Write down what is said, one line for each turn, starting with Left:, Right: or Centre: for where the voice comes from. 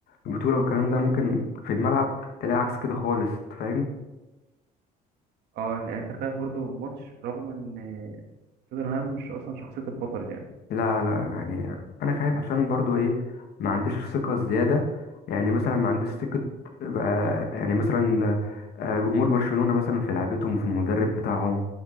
Left: البطولة والكلام ده ممكن في الملعب تلاقي عكس كده خالص أنت فاهم
Right: اه يعني أنت خايف برضه من ماتش رغم إن توتنهام مش أصلا شخصية البطل يعني
Left: لا لا يعني انا خايف عشان برضو ايه ما عنديش الثقه الزياده يعني مثلا ما عنديش ثقه بقى- يعني مثلا آه، جمهور برشلونه مثلا في لعبتهم وفي المدرب بتاعهم